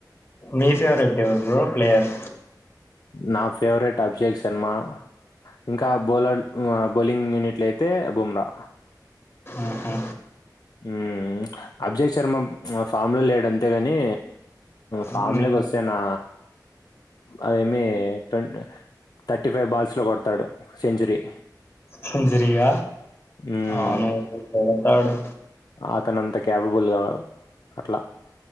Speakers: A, on the left; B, on the left.
A: మీ ఫేవరెట్ ఎవరు బ్రో ప్లేయర్
B: నా ఫేవరెట్ అభిషేక్ శర్మ ఇంకా బౌలర్ బౌలింగ్ యూనిట్లు అయితే బుమ్రా
A: ఆహా
B: ఉ అబ్జేక్ శర్మ ఫామ్ లో లేడుంతేగాని ఫామ్
A: హ్మ్.
B: లోకి వస్తేనా అదేమి టొన్ థర్టీ ఫైవ్ బాల్స్ లో కొడతాడు సెంచురీ
A: సెంచరీయ
B: మ్మ్
A: అవును కొడతాడు
B: అతనంత క్యాపబుల్గా అట్లా